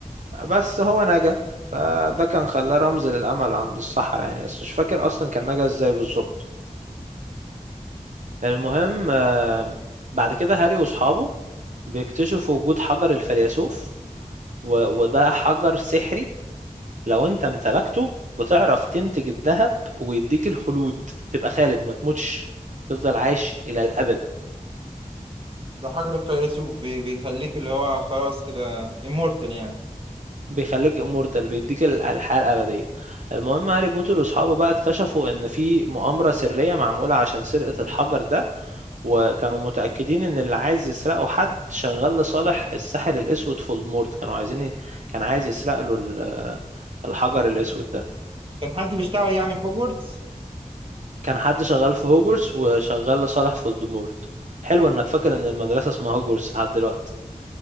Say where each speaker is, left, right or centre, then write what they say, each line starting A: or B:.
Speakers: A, on the right; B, on the right.
A: بس هو نجا فده كان خلاه رمز للأمل عند السحرة يعني بس مش فاكر اصلا كان نجا ازاي بالظبط المهم آه، بعد كده هاري واصحابه بيكتشفوا وجود حجر الفيلسوف و- وده حجر سحري لو انت امتلكته بتعرف تنتج الذهب ويديك الخلود تبقى خالد ما تموتش تفضل عايش الى الابد
B: ده حجر الفيلسوف بي- بيخليك اللي هو خلاص كده امورتال يعني
A: بيخليك امورتال بيديك ال- الحياة الابدية المهم هاري بوتر واصحابه بقى اكتشفوا ان في مؤامرة سرية معمولة عشان سرقة الحجر ده وكانوا متأكدين ان اللي عايز يسرقه حد شغال لصالح الساحر الاسود في المورد كانوا عايزين ي- كان عايز يسرق له ال- الحجر الاسود ده
B: كان حد بيشتغل يعني في هوجورتس
A: كان حد شغال في هوجورس وشغال لصالح فولدمورت حلو انك فاكر ان المدرسة اسمها هوجورس لحد دلوقتي